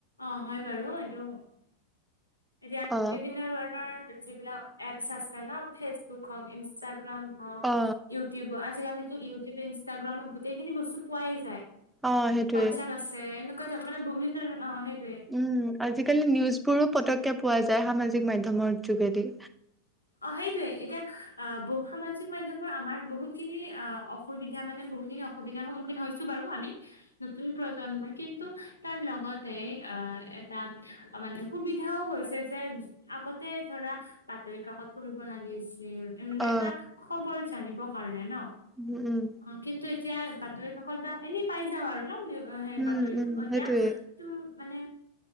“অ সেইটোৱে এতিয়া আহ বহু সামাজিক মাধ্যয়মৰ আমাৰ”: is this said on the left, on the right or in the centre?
Left